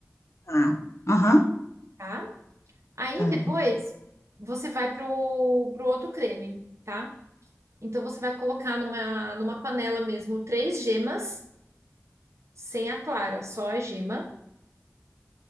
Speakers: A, on the left; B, on the right.
A: Tá. Aham.
B: tá? Aí
A: Tá.
B: depois você vai pro, pro outro creme, tá? Então você vai colocar numa, numa panela mesmo três gemas sem a clara, só a gema,